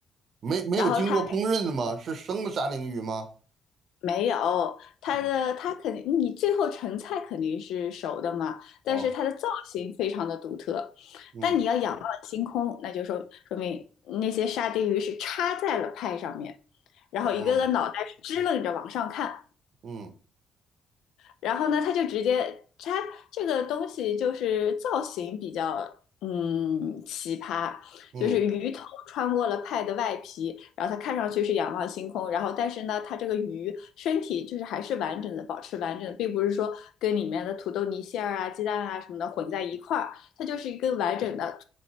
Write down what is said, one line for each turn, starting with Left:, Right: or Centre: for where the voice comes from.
Right: 没没有经过烹饪的吗？
Left: 然后它
Right: 是生的沙丁鱼吗？
Left: 没有，它的它肯定，
Right: 啊
Left: 你最后成菜肯定是熟的嘛，
Right: 哦，
Left: 但是它的造型非常的独特。
Right: 嗯，
Left: 但你要仰望星空，那就说说明那些沙丁鱼是插在了派上面，然后一个个脑袋是支棱着往上看。
Right: 哦，嗯
Left: 然后呢，他就直接他这个东西就是造型比较嗯奇葩，
Right: 嗯。
Left: 就是鱼头穿过了派的外皮，然后它看上去是仰望星空，然后但是呢，它这个鱼身体就是还是完整的，保持完整的，并不是说跟里面的土豆泥馅儿啊、鸡蛋啊什么的混在一块儿，它就是一根完整的。